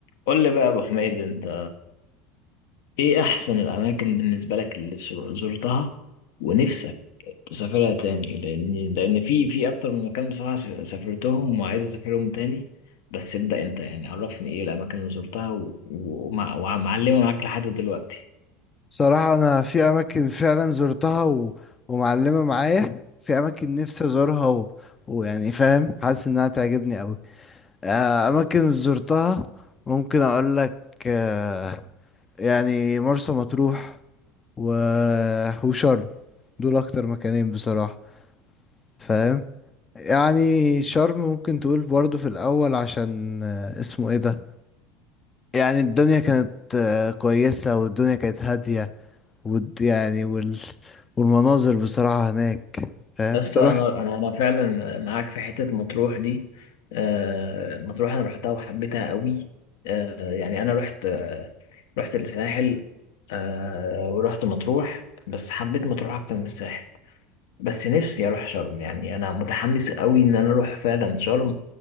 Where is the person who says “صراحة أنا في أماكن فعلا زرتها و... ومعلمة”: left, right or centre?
Left